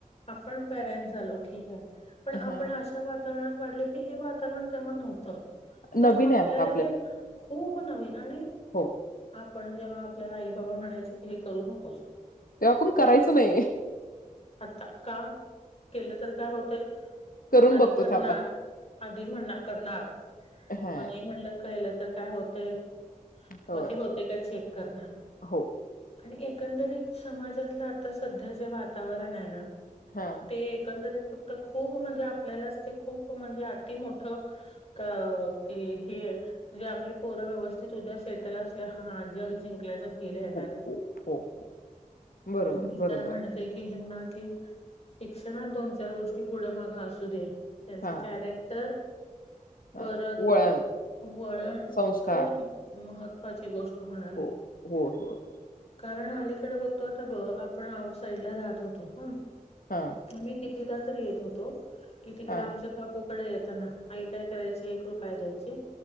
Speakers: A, on the left; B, on the left.
A: आपण पेरेंट्स. झालो ठीक हे. पण
B: हां.
A: आपण अशा वातावरणात वाढले की हे वातावरण तेव्हा नव्हतं. त्यामुळे
B: नवीन
A: आपल्याला
B: आहे आता
A: हे खूप नवीन आणि
B: हो
A: आपण जेव्हा आपल्याला आई- बाबा म्हणायचे की हे करू नकोस
B: तेव्हा आपण करायचो नाही.
A: आत्ता का केल तर काय होतय.
B: करून
A: आधी
B: बघतो
A: करणार
B: थांबा.
A: आधी म्हण करणार.
B: हा
A: म नही म्हणलं. केलं तर काय होतय.
B: होय
A: मग ते होते का चेक कर
B: हो
A: पण एकंदरीत समाजातलं आता सध्या जे वातावरण आहे ना
B: हा
A: ते एकंदरीत फक्त खूप म्हणजे आपल्यालाच ते खूप म्हणजे अति मोठं का के हे म्हणजे आपली पोर व्यवस्थित उद्या सेटल असल्या हा जग जिंकल्याचं केले येणारे.
B: हो हो हो हो बरोबर
A: मी
B: बरोबर
A: तर म्हणतय की हेना की शिक्षणात दोन- चार गोष्टी पुढे माग असू दे त्यांचं
B: हा
A: कॅरेक्टर
B: हा
A: परत
B: वळण
A: वळण
B: संस्कार
A: खूप महत्त्वाची गोष्ट होणार हे.
B: हो होय होय
A: कारण अलीकड बघतो आता ब आपण आउट साईडला राहत होतो. ह
B: हा
A: मी कितीदा तर येत होतो की तिकडे
B: हा
A: आमच्या काकू कड येतना आई काय करायची एक रुपय द्यायची